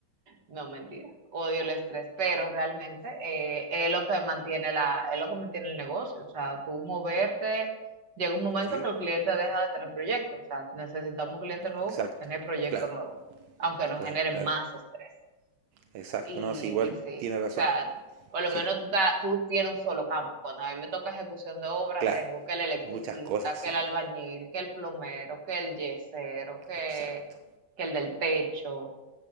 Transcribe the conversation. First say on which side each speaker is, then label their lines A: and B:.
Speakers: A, on the right (about 60°); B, on the right (about 85°).
A: no, mentira. Odio el estrés, pero realmente eh, es lo que mantiene la, es lo que mantiene el negocio. O sea, tú moverte, llega un momento
B: Sí,
A: que el cliente deja de tener proyectos. O sea, necesitamos un cliente nuevo
B: exacto.
A: para tener proyectos
B: Claro,
A: nuevos, aunque nos
B: claro,
A: genere más
B: claro.
A: estrés.
B: Exacto.
A: Y,
B: No, sí, igual
A: y sí,
B: tiene razón.
A: o sea, por lo
B: Sí,
A: menos tú, ta- tú tienes un solo campo. Cuando a mí me toca ejecución de obra,
B: claro.
A: tengo que el electricista,
B: Muchas cosas, sí.
A: que el albañil, que el plomero, que el yesero, que,
B: Exacto.
A: que el del techo